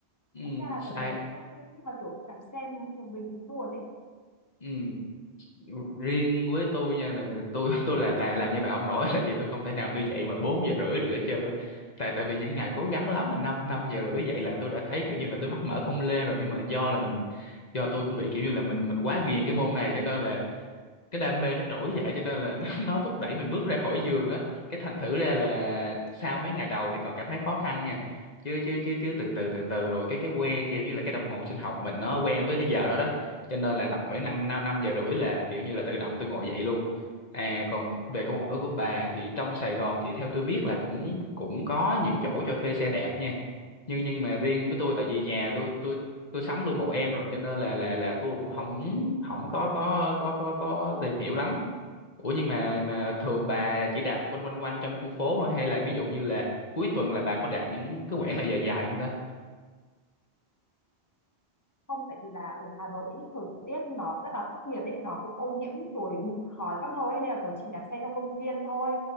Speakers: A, on the left (about 40°); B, on the left (about 25°).
A: Ừ,
B: thật ra là
A: sai.
B: tôi thấy cũng hay nhưng mà kiểu đạp xe một mình buồn ấy
A: Ừ. riêng với tôi nha là tôi <laughs> tôi là làm làm như bà không nổi tại vì tôi không thể nào tôi dậy mà 4 giờ rưỡi được hết trơn á tại tại vì những ngày cố gắng lắm là 5 năm giờ rưỡi dậy là tôi đã thấy kiểu như là tôi mắt mở không lên rồi nhưng mà do là mình do tôi cũng bị kiểu như là mình mình quá ghiền cái môn này cho nên là cái đam mê nó trỗi dậy cho nên là <laughs> nó, nó thúc đẩy mình bước ra khỏi giường á cái thành thử ra là sau mấy ngày đầu thì còn cảm thấy khó khăn nha chứ chứ chứ chứ từ từ từ từ rồi cái cái quen kiểu như là cái đồng hồ sinh học mình nó quen với cái giờ đó đó cho nên là tầm khoảng năm năm năm giờ rưỡi là kiểu như là tự động tôi ngồi dậy luôn à còn về câu hỏi của bà thì trong Sài Gòn thì theo tôi biết là cũng cũng có những chỗ cho thuê xe đạp nha nhưng nhưng mà riêng với tôi tại vì nhà tôi tôi tôi sắm luôn một em rồi cho nên là là là tôi cũng không không có
B: à,
A: có có có có tìm hiểu lắm ủa nhưng mà mà thường bà chỉ đạp quanh quanh quanh trong khu phố hả? hay là ví dụ như là cuối tuần là bà có đạp những cái quãng nào dài dài không ta
B: không tại vì là ở Hà Nội ý, thời tiết nó rất là khắc nghiệt ấy nó cũng ô nhiễm rồi bụi khói các nơi ấy, nên là tôi chỉ đạp xe trong công viên thôi